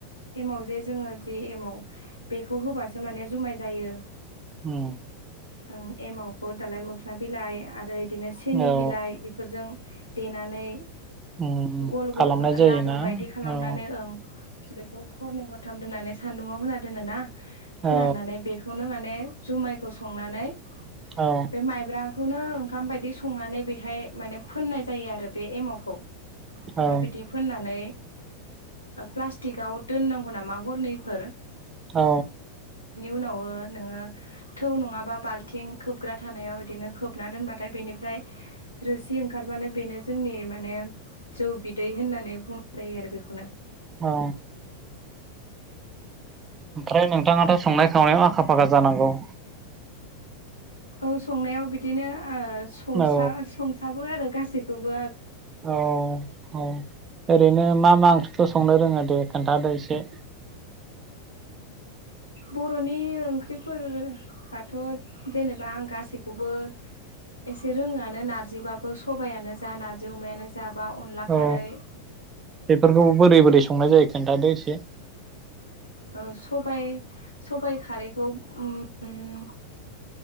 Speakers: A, on the left; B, on the right.
A: एमाव जे जोङो जि एमाव बेखौ होबासो माने जुमाय जायो।
B: उम
A: ओं एमावखौ दालाय मोखना बिलाइ आरो बिदिनो सिनि
B: औ
A: बिलाइ बेफोरजों देनानै
B: उम
A: गल गल
B: खालामनाय जायोना
A: लादु बायदि खालामनानै
B: औ
A: ओं बेखौ हरनै हरथाम दोननानै सान्दुङाव होना दोनोना फोराननानै
B: औ
A: बेखौनो माने जुमायखौ संनानै
B: औ
A: बे माइब्राखौनो ओंखाम बायदि संनानै बेहाय माने फोननाय जायो आरो बे एमाव ओमफ्राय
B: औ
A: बिदि फोननानै प्लास्टिकाव दोननांगौ नामा हरनैफोर
B: औ
A: नाव नोङ थ नङा बालथिं खोबग्रा थानायाव बिदिनो खोबना दोनबाथाय बेनिफ्राय रोसि ओंखारबानो बे जोंनि माने जौ बिदै होननानै बुंनाय जायो आरो बेखौनो
B: औ ओमफ्राय नों <unintelligible> संनाय खावनायाव आखा-फाखा जानांगौ
A: ओं संनायाव बिदिनो ओ संस्ला
B: औ
A: संसाबो आरो गासै गासिबखौबो
B: औ औ ओरैनो मा मा ओं संनो रोङो दे खोन्थादो एसे
A: बर'नि ओंख्रिफोराथ' जेनेबा आं गासैखौबो एसे रोङोआनो नारजिबाबो सबायानो जा नारजि अमायानो जा बा अनला खारै
B: अ बेफोरखौ बोरै बोरै सं संनाय जायो खोन्थादो एसे
A: औ सबाइ सबाइ खारैखौ उम उम